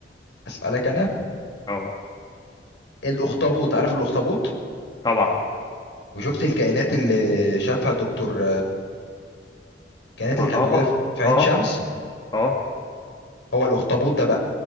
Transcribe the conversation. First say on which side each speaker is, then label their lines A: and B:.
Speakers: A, on the left (about 80°); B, on the left (about 25°).
A: اسالك انا
B: اه
A: الاخطبوط عارف الاخطبوط
B: طبعا
A: وشفت الكائنات اللي شافها دكتور الكائنات
B: ما
A: اللي كانت
B: اه
A: موجوده في عين
B: اه
A: شمس
B: اه
A: هو الاخطبوط ده بقى